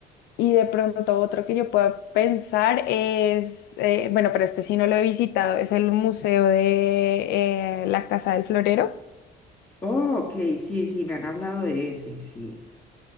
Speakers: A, on the left; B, on the left.
A: Y de pronto otro que yo pueda pensar es, eh, bueno, pero este sí no lo he visitado, es el Museo de eh, la Casa del Florero.
B: Oh, ok, sí, sí, me han hablado de ese, sí.